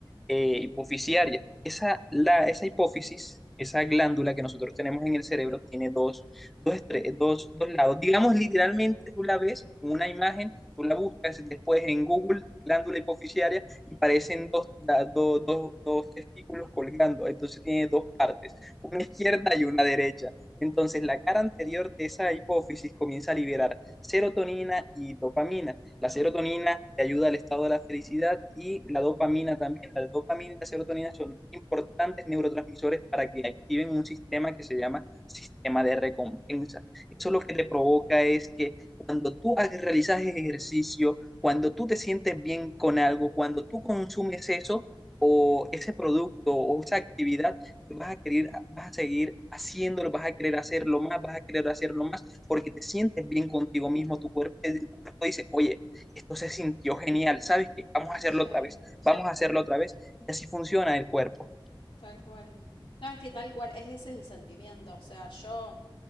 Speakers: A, in the centre; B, on the left (about 70°).
A: eh, hipofisiaria. Esa, la, esa hipófisis, esa glándula que nosotros tenemos en el cerebro, tiene dos, dos, estre- dos, dos lados. Digamos, literalmente tú la ves en una imagen, tú la buscas después en Google, glándula hipofisiaria y parecen dos, da- do- do- dos testículos colgando, entonces tiene dos partes, una izquierda y una derecha. Entonces la cara anterior de esa hipófisis comienza a liberar serotonina y dopamina. La serotonina te ayuda al estado de la felicidad y la dopamina también. La dopamina y la serotonina son importantes neurotransmisores para que activen un sistema que se llama sistema de recompensa. Eso lo que te provoca es que cuando tú realizas ejercicio, cuando tú te sientes bien con algo, cuando tú consumes eso o ese producto o esa actividad, vas a querer, vas a seguir haciéndolo, vas a querer hacerlo más, vas a querer hacerlo más, porque te sientes bien contigo mismo, tu cuerpo, eh, tu cuerpo dice, oye, esto se sintió genial, ¿sabes qué? Vamos a hacerlo
B: Sí.
A: otra vez, vamos a hacerlo otra vez, y así funciona el cuerpo.
B: Tal cual. No, es que tal cual, es ese es el sentimiento. O sea, yo,